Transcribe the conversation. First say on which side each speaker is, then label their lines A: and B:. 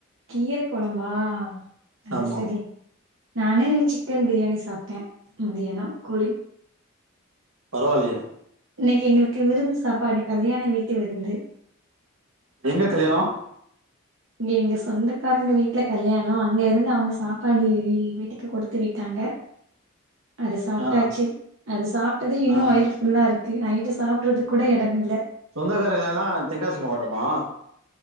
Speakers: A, on the right; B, on the right.
A: கீற கொலம்பா அது
B: ஆமா
A: சரி நானு சிக்கன் பிரியாணி சாப்ட்டேன் மதியானம் குளி
B: பரவால்லயா
A: இன்னைக்கு எங்களுக்கு விருந்து சாப்பாடு கல்யாண வீட்டு விருந்து
B: எங்க கல்யாணம்
A: இங்க எங்க சொந்தக்காரங்க வீட்ல கல்யாணம் அங்க இருந்து அவங்க சாப்பாடு வீட்டுக்கு கொடுத்து விட்டாங்க அதை சாப்ட்டாச்சு
B: ஆ
A: அது சாப்ட்டதே இன்னும்
B: ஆ
A: வயிறு புல்லா இருக்கு நைட்டு சாப்பிடுறது கூட எடம் இல்லை
B: சொந்தக்காரங்கள்ன்னா தென்காசி மாவட்டமா